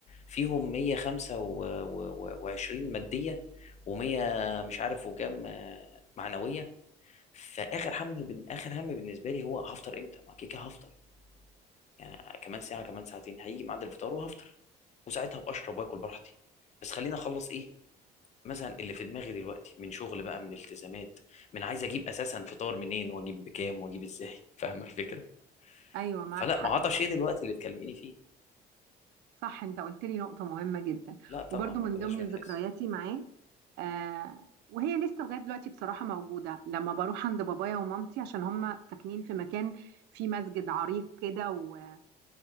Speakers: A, on the left (about 45°); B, on the right (about 85°).
A: فيهم 125 ماديه و100 مش عارف وكام آه، معنويه فاخر هم بن... اخر هم بالنسبه لي هو هفطر امتى ما كيكه هفطر يعني كمان ساعه كمان ساعتين هيجي ميعاد الفطار وهفطر وساعتها ابقى اشرب واكل براحتي بس خليني اخلص ايه مثلا اللي في دماغي دلوقتي من شغل بقى من التزامات من عايز اجيب اساسا فطار منين واجيب بكام واجيب ازاي <laughs> فاهمه الفكره
B: ايوه معاك
A: فلا
B: حق
A: ما عطش ايه دلوقتي اللي تكلميني فيه
B: صح انت قلت لي نقطة مهمة جدا
A: لا طبعا
B: وبرضو
A: ما
B: من
A: كناش
B: ضمن
A: بنحس
B: ذكرياتي معاه آه وهي لسه لغاية دلوقتي بصراحة موجودة لما بروح عند بابايا ومامتي عشان هم ساكنين في مكان فيه مسجد عريق كده ودايما